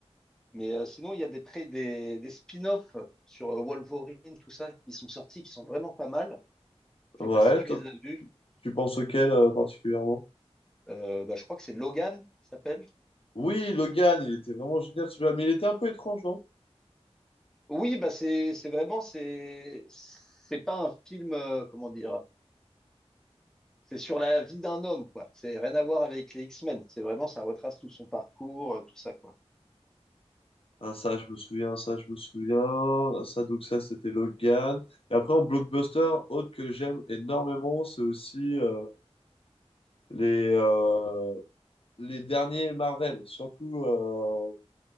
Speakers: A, in the centre; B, on the left (about 55°).
A: Mais euh, sinon, il y a des, pré- des, des spin-offs sur euh, Wolverine, tout ça, qui sont sortis, qui sont vraiment pas mal. Je
B: Ouais,
A: sais pas si tu
B: toi,
A: les as vus.
B: tu penses auquel euh, particulièrement?
A: Euh, bah, je crois que c'est Logan qui s'appelle.
B: Oui, Logan, il était vraiment génial celui-là, mais il était un peu étrange, non?
A: Oui, bah c'est c'est vraiment c'est c'est pas un film euh, comment dire. C'est sur la vie d'un homme quoi. C'est rien à voir avec les X-Men. C'est vraiment ça retrace tout son parcours, euh, tout ça quoi.
B: Ah, ça, je me souviens, ça, je me souviens. Ça, donc ça, c'était Logan. Et après, en blockbuster, autre que j'aime énormément, c'est aussi euh, les, euh, les derniers Marvel, surtout, euh,